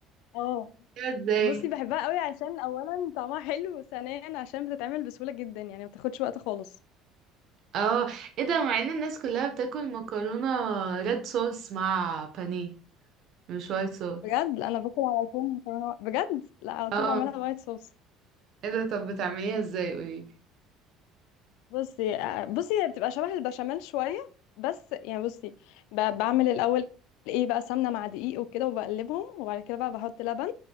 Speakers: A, on the left; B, on the right.
A: اه
B: كده ازاي
A: بصي بحبها قوي عشان اولا طعمها حلو وثانيا عشان بتتعمل بسهوله جدا يعني ما بتاخدش وقت خالص
B: اه ايه ده مع ان الناس كلها بتاكل مكرونة ريد صوص مع بانيه مش وايت صوص
A: بجد لا، انا باكل على طول مكرونه بجد لا على
B: اه
A: طول بعملها وايت صوص
B: ايه ده طب بتعمليها ازاي قوليلي
A: بصي آه، بصي هي بتبقى شبه البشاميل شويه بس يعني بصي ب- بعمل الاول ايه بقى سمنه مع دقيق وكده وبقلبهم وبعد كده بقى بحط لبن